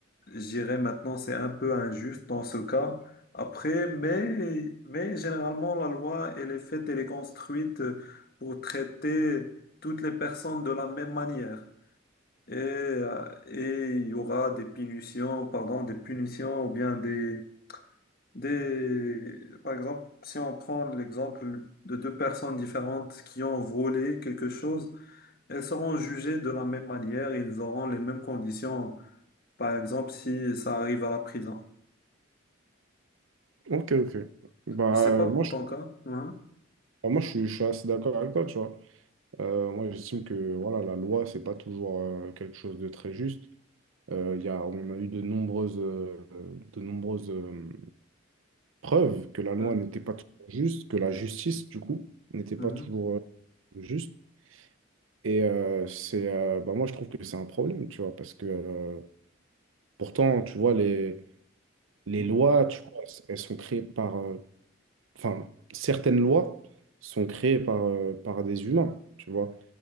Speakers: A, on the left (about 50°); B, on the right (about 80°).
A: Je dirais maintenant c'est un peu injuste dans ce cas. Après, mais, mais généralement la loi, elle est faite, elle est construite pour traiter toutes les personnes de la même manière. Et, euh, et il y aura des punitions, pardon, des punitions ou bien des, des... Par exemple, si on prend l'exemple de deux personnes différentes qui ont volé quelque chose, elles seront jugées de la même manière, ils auront les mêmes conditions, par exemple, si ça arrive à la prison.
B: Ok, ok. Bah,
A: C'est
B: euh,
A: pas pour
B: moi, je,
A: ton cas. Hein?
B: bah, moi, je suis, je suis assez d'accord avec toi, tu vois. Euh, moi, j'estime que voilà, la loi, c'est pas toujours euh, quelque chose de très juste. Euh, il y a, on a eu de nombreuses, euh, de nombreuses euh, preuves que la loi
A: Hein?
B: n'était pas toujours juste, que la justice, du coup, n'était
A: Mhm.
B: pas toujours euh, juste. Et euh, c'est, euh, bah, moi, je trouve que c'est un problème, tu vois, parce que euh, pourtant, tu vois, les, les
A: Mhm.
B: lois, tu vois, elles sont créées par, euh, enfin, certaines lois sont créées par, euh, par des humains, tu vois.